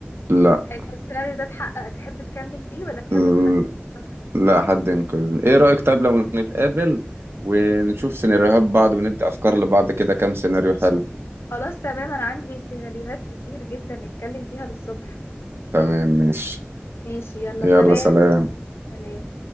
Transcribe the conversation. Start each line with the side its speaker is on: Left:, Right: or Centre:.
Right: لا
Left: يعني لو السيناريو ده اتحقق تحب تكمل فيه ولا تحب
Right: ال-
Left: ان حد ينقذك
Right: لا حد ينقذني ايه رأيك طيب لو نتقابل ونشوف سيناريوهات بعض وندي افكار لبعض كده كام سيناريو حلو
Left: خلاص تمام انا عندي سيناريوهات كتير جدا نتكلم فيها للصبح
Right: تمام ماشي
Left: ماشي يلا
Right: يلا
Left: سلام
Right: سلام
Left: سلام